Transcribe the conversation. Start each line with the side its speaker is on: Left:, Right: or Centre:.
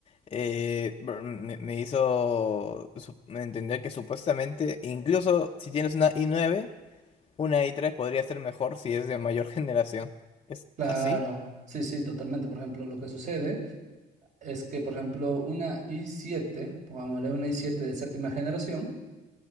Left: eh, br- me, me hizo su- entender que supuestamente, incluso si tienes una i nueve una i tres podría ser mejor si es de mayor <laughs> generación. ¿Es
Right: claro,
Left: así?
Right: sí, sí, totalmente. Por ejemplo, lo que sucede es que, por ejemplo, una y siete, pongámosle una y siete de séptima generación,